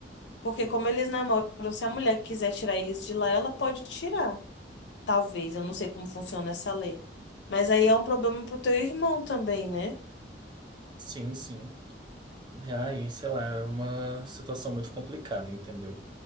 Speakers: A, on the left; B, on the right.
A: porque como eles namoram, se a mulher quiser tirar eles de lá, ela pode tirar. Talvez, eu não sei como funciona essa lei. Mas aí é um problema pro teu irmão também, né?
B: sim, sim. Ai, sei lá, é uma situação muito complicada, entendeu?